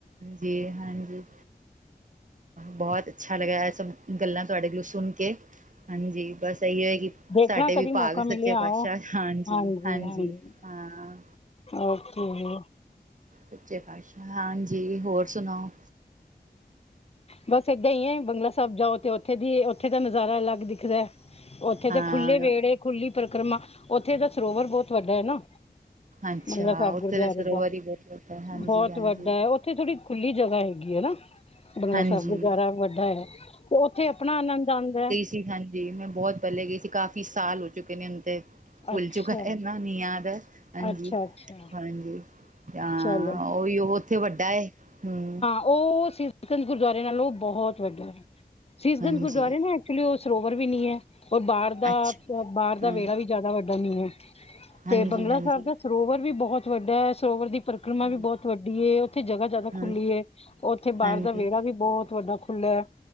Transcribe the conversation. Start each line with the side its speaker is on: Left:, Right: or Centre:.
Right: ਜੀ ਹਾਂਜੀ। ਬੋਤ ਅੱਛਾ ਲੱਗਿਆ ਐ, ਸਭ ਗੱਲਾਂ ਤੁਆਡੇ ਕੋਲੋ ਸੁਣ ਕੇ। ਹਾਂਜੀ, ਬਸ ਅਈਯੋ ਏ ਕਿ,
Left: ਦੇਖਣਾ
Right: ਸਾਡੇ
Left: ਕਦੀ
Right: ਵੀ
Left: ਮੌਕਾ
Right: ਭਾਗ
Left: ਮਿਲਿਆ
Right: ਸੱਚੇ ਪਾਤਸ਼ਾਹ,
Left: ਆਓ
Right: ਹਾਂਜੀ-ਹਾਂਜੀ।
Left: ਹਾਂਜੀ ਹਾਂਜੀ
Right: ਹਾਂ।
Left: ਓਕੇ ਜੀ।
Right: ਸਚੇ ਪਾਤਸ਼ਾਹ, ਹਾਂਜੀ ਹੋਰ ਸੁਣਾਓ।
Left: ਬਸ ਏਦਾਂ ਈ ਐ, ਬੰਗਲਾ ਸਾਬ ਜਾਓ, ਤੇ ਓਥੇ ਦੀ ਓਥੇ ਦਾ ਨਜ਼ਾਰਾ ਅਲੱਗ ਦਿਖਦਾ, ਓਥੇ
Right: ਹਾਂ
Left: ਤਾਂ ਖੁੱਲ੍ਹੇ ਵੇੜੇ ਖੁੱਲੀ ਪਰਕਰਮਾ, ਓਥੇ ਦਾ ਸਰੋਵਰ ਬੋਤ ਵੱਡਾ ਐ ਨਾ।
Right: ਅੱਛਾ
Left: ਬਗੰਲਾ ਸੈਬ
Right: ਉੱਥੇ
Left: ਗੁਰਦੁਆਰੇ
Right: ਦੇ ਸਰੋਵਰ
Left: ਦਾ,
Right: ਹੀ ਬਹੁਤ ਵੱਡਾ ਹਾਂਜੀ
Left: ਬੋਤ
Right: ਹਾਂਜੀ
Left: ਵੱਡਾ ਐ, ਔਥੇ ਥੋੜੀ ਖੁੱਲੀ ਜਗ੍ਹਾ ਹੈਗੀ। ਗੀ ਹੈਨਾ, ਬੰਗਲਾ
Right: ਹਾਂਜੀ
Left: ਸੈਬ ਗੁਰਦਵਾਰਾ ਵੱਡਾ ਹੈਗਾ, ਤੇ ਓਥੇ ਆਪਣਾ ਅਨੰਦ ਆਂਦਾ ਐ।
Right: ਜੀ ਹਾਂਜੀ, ਮੈਂ ਬੋਤ ਪੈਲੇ ਗੀ ਸੀ, ਕਾਫ਼ੀ ਸਾਲ ਹੋ ਚੁੱਕੇ ਨੇ ਹੁਨ, ਤੇ ਭੁੱਲ
Left: ਅੱਛਾ
Right: ਚੁੱਕਾ ਏਨਾ। ਨੀ ਯਾਦ ਐ। ਹਾਂਜੀ-ਹਾਂਜੀ,
Left: ਅੱਛਾ ਅੱਛਾ
Right: ਹਾਂ
Left: ਚਲੋ
Right: ਓਵੀਓ ਓਥੇ ਵੱਡਾ ਐ, ਹੁੰ।
Left: ਓ, ਸੀਸਗੰਜ ਗੁਰਦੁਆਰੇ ਨਾਲੋ ਬਹੁਤ ਵੱਡਾ ਐ, ਸੀਸਗੰਜ
Right: ਹਾਂਜੀ
Left: ਗੁਰਦੁਆਰੇ ਨਾ ਐਚੁਲੀ ਓ ਸਰੋਵਰ ਵੀ ਨੀ ਐ, ਓਰ ਬਾੱਰ ਦਾ
Right: ਅੱਛਾ
Left: ਬਾੱਰ
Right: ਹਾਂ
Left: ਦਾ ਵੇੜਾ, ਵੀ ਜ਼ਾਦਾ ਵੱਡਾ ਨੀ ਐ।
Right: ਹਾਂਜੀ
Left: ਤੇ ਬੰਗਲਾ
Right: ਹਾਂਜੀ
Left: ਸੈਬ ਦਾ ਸਰੋਵਰ ਵੀ ਬਹੋਤ ਵੱਡਾ ਐ, ਸਰੋਵਰ ਦੀ ਪਰਿਕਰਮਾ ਵੀ
Right: ਹਾਂ
Left: ਬੋਤ ਵੱਡੀ ਏ, ਔਥੇ ਜਗਾ ਜਾਦਾ
Right: ਹਾਂ
Left: ਖੁੱਲੀ ਏ, ਔਥੇ
Right: ਹਾਂਜੀ
Left: ਬਾੱਰ ਦਾ ਵੇੜਾ ਵੀ ਬੋਤ ਵੱਡਾ ਖੁ ਖੁਲਾ ਐ,